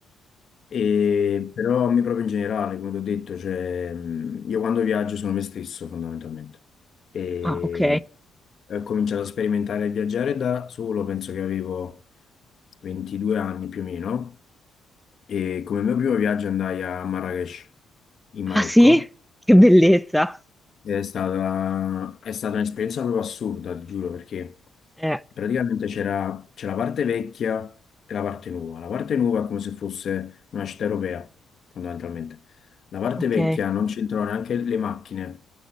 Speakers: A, on the left; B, in the centre.
A: E, però a me proprio in generale, come ti ho detto, cioè, mm, io quando viaggio sono me stesso fondamentalmente. E
B: Ah, ok.
A: ho cominciato a sperimentare e viaggiare da solo, penso che avevo 22 anni più o meno. E come mio primo viaggio andai a Marrakech, in
B: Ah,
A: Marocco,
B: sì? Che bellezza.
A: ed è stata, è stata un'esperienza proprio assurda, ti giuro, perché
B: Eh,
A: praticamente c'era c'è la parte vecchia e la parte nuova. La parte nuova è come se fosse una città europea, fondamentalmente. La parte
B: ok.
A: vecchia non c'entrano neanche le macchine,